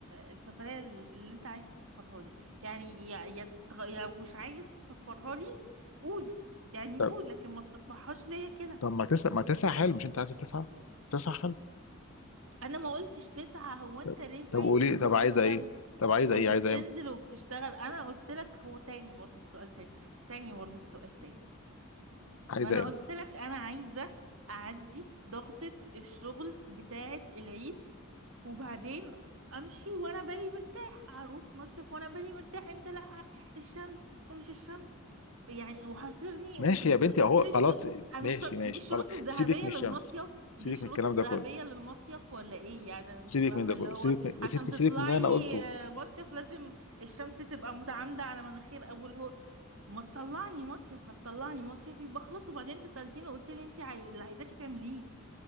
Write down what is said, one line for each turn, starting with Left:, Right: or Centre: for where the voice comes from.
Right: السفريه اللي انت عايز تسفرها لي يعني يا يا تغ- يا مش عايز تسفرها لي قول يعني
Left: طب
Right: قول لكن ما تطفحهاش ليا كده
Left: طب ما تسع ما تسع حلو مش انت عايزه تسعه تسع حلو
Right: انا ما قلتش تسعة هو انت
Left: طب
Right: ليه
Left: طب
Right: خايف
Left: قولي
Right: من
Left: طب
Right: شويه
Left: عايزه
Right: شمس
Left: ايه طب عايزه
Right: ما
Left: ايه
Right: انت بتنزل
Left: عايزه امتى
Right: وبتشتغل انا قلت لك هو تاني برضو السؤال تاني تاني برضو السؤال تاني
Left: عايزه
Right: ما انا
Left: امتى
Right: قلت لك انا عايزه اعدي ضغطه الشغل بتاعه العيد وبعدين امشي وانا بالي مرتاح اروح مصيف وانا بالي مرتاح انت لا الشمس ومش الشمس يعني وحاصرني
Left: ماشي
Right: وبتحط
Left: يا بنتي اهو
Right: لي
Left: خلاص
Right: شروط انا
Left: ماشي
Right: مش فاهم
Left: ماشي
Right: دي الشروط
Left: خلاص
Right: الذهبيه
Left: سيبك من الشمس
Right: للمصيف
Left: سيبك
Right: دي الشروط
Left: من الكلام
Right: الذهبيه
Left: ده كله
Right: للمصيف ولا ايه يعني انا
Left: سيبك
Right: مش فاهمه
Left: من ده كله
Right: اللي هو
Left: سيبك من... يا
Right: عشان
Left: ستي
Right: تطلعي
Left: سيبك من ده انا قلته
Right: آه، مصيف لازم الشمس تبقى متعامده على مناخير ابو الهول ما تطلعني مصيف هتطلعني مصيف يبقى خلاص وبعدين انت سألتيني وقلت لي انت عاي... اللي عايزاكي تعمليه